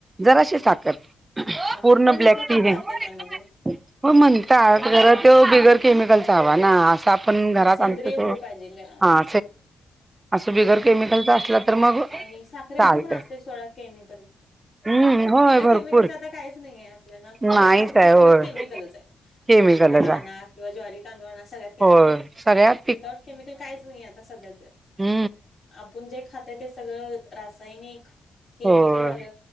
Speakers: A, on the right; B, on the left.
A: जराशी साखर
B: हा
A: पूर्ण
B: मग गुळ
A: ब्लॅक
B: घातला
A: टी
B: तरी
A: नाही
B: चालतय त्यामध्ये
A: हो म्हणता जरा त्यो बिगर केमिकलचा हवा ना असा पण
B: हा
A: घरात
B: सेंद्रिय
A: आमच तो
B: गुळ पाहिजे त्याला
A: हा असं बिगर केमिकलचा असला तर मग
B: आणि साखरेमध्ये
A: चालतंय
B: पण असते सोडा केमिकल
A: हम्म होय
B: बिना
A: भरपूर
B: केमिकलच आता काहीच नाहीये आपल्यांना पण
A: नाहीच
B: खाते
A: आहे
B: ते
A: होय
B: सगळ केमिकलच आहे
A: केमिकलच
B: भाजीपाला
A: आहे
B: आना किंवा ज्वारी तांदूळ आना सगळ्यात केमिकल
A: होय सगळ्यात
B: विदाउट केमिकल कायच नाही आता सध्या तर
A: हू
B: आपण जे खाते ते सगळं रासायनिक केमिकल
A: होय
B: वाल